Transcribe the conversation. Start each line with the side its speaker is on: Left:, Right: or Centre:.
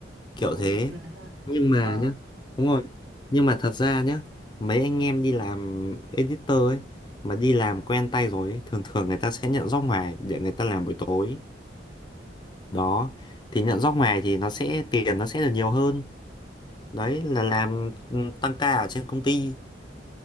Left: kiểu
Right: vậy cũng
Left: thế
Right: ok ha
Left: nhưng mà
Right: Ờ,
Left: nhá đúng rồi nhưng mà thật ra nhá mấy anh em đi làm editor ấy mà đi làm quen tay rồi ấy, thường thường người ta sẽ nhận job ngoài để người ta làm buổi tối đó thì nhận job ngoài thì nó sẽ tiền nó sẽ được nhiều hơn đấy là làm ừ, tăng ca ở trên công ty